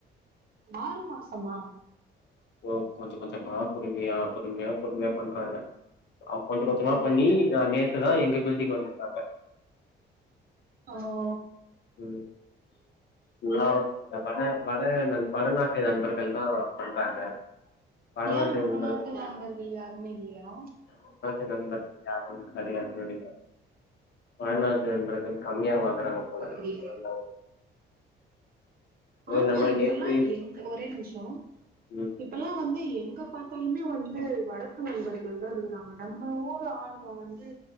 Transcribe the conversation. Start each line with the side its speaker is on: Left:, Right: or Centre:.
Right: ஆறு மாசமா
Left: ஓ கொஞ்ச கொஞ்சமா பொறுமையா பொறுமையா பொறுமையா பண்றாங்க கொஞ்ச கொஞ்சமா
Right: ஓ
Left: பண்ணி நேத்துதா எங்க பில்டிங் வந்துருக்காங்க
Right: ஓஓ
Left: ம் இல்ல இந்த வட வட வடநாட்டு நண்பர்கள் தா பண்றாங்க வடநாட்டு
Right: ஏ நம்ம
Left: நண்பர்கள்
Right: நாட்டு நண்பர்கள் யாருமே இல்லையா
Left: வடமாத்த நண்பர்கள் யாரும் கா வடநாட்டு நண்பர்கள் கம்மியா வாங்குறாங்க போல
Right: புடி <unintelligible>
Left: அதெல்லா அதுவு
Right: ஆமா
Left: இல்லாம
Right: இப்பல்லா
Left: நேத்து
Right: எங்க ஒரே நிமிஷோ
Left: ம்
Right: இப்பலா வந்து எங்க பாத்தாலுமே வந்து வடக்கு நண்பர்கள் தா இருக்குறாங்க நம்மள ஊர் ஆளுவ வந்து